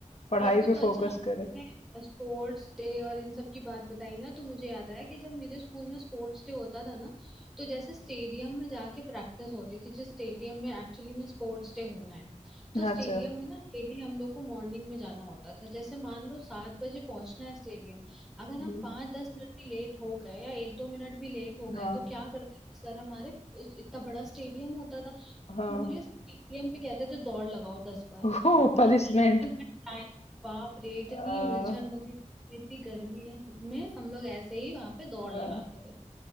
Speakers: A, on the left (about 55°); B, in the centre.
A: पढ़ाई
B: मेरे को
A: पे
B: तो अच्छा
A: फोकस करे
B: मैं स्पोर्ट्स डे और इन सब की बात बताई ना तो मुझे याद आया कि जब मेरे स्कूल में स्पोर्ट्स डे होता था ना तो जैसे स्टेडियम में जाके प्रैक्टिस होती थी जिस स्टेडियम में एक्चुअली में स्पोर्ट्स डे होना है तो स्टेडियम
A: अच्छा
B: में ना डेली हम लोग को मॉर्निंग में जाना होता था जैसे मान लो सात बजे पहुंचना है स्टेडियम अगर
A: हम्म,
B: हम पाँच दस मिनट भी लेट हो गए या एक दो मिनट भी लेट हो गए
A: हाँ
B: तो क्या करते थे सर हमारे इतना बड़ा स्टेडियम होता था
A: हाँ
B: पूरे स्टेडियम पे कहते थे दौड़ लगाओ दस बार
A: <laughs> हो पनिशमेंट
B: और गर्मियों का बाप रे इतनी
A: आ,
B: उलझन होती थी इतनी गर्मी है में हम लोग ऐसे ही वहां पे दौड़ लगाते
A: आ,
B: थे